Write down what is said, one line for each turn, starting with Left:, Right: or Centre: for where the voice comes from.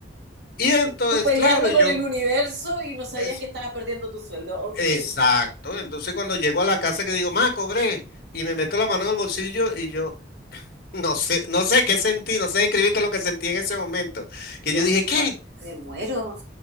Left: Y entonces,
Right: Tú peleando
Left: claro, y
Right: con
Left: yo,
Right: el universo y no sabías
Left: es,
Right: que estabas perdiendo tu sueldo. Ok,
Left: exacto. Entonces cuando llego a la casa que digo, ma, cobré, y me meto la mano en el bolsillo y yo. No sé, no sé qué sentí, no sé describirte lo que sentí en ese momento. Que
Right: qué
Left: yo
Right: horror,
Left: dije, ¿qué?
Right: me muero.